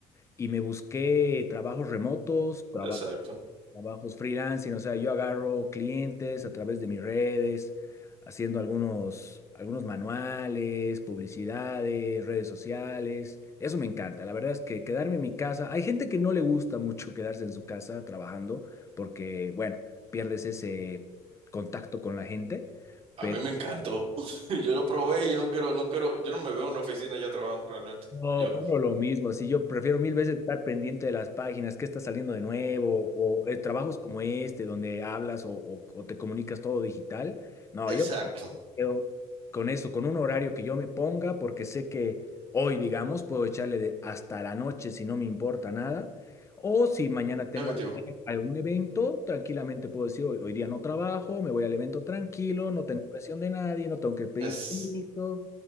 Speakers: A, on the left; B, on the right.
A: Y me busqué trabajos remotos, trabajos
B: Exacto.
A: trabajos freelancing, o sea, yo agarro clientes a través de mis redes, haciendo algunos, algunos manuales, publicidades, redes sociales. Eso me encanta. La verdad es que quedarme en mi casa, hay gente que no le gusta mucho quedarse en su casa trabajando porque, bueno, pierdes ese contacto con la gente.
B: A
A: Pero
B: mí me encantó. <laughs> Yo lo probé y no quiero, no quiero, yo no me veo en una oficina ya trabajando realmente.
A: no,
B: Yo.
A: uno lo mismo, si yo prefiero mil veces estar pendiente de las páginas, qué está saliendo de nuevo, o eh, trabajos como este, donde hablas o o- o te comunicas todo digital, no,
B: Exacto.
A: yo quedo con eso, con un horario que yo me ponga, porque sé que hoy, digamos, puedo echarle de hasta la noche si no me importa nada. O si mañana tengo
B: Mi objetivo.
A: algún, algún evento, tranquilamente puedo decir, hoy, hoy día no trabajo, me voy al evento tranquilo, no tengo presión de nadie, no tengo que pedir
B: es
A: permiso.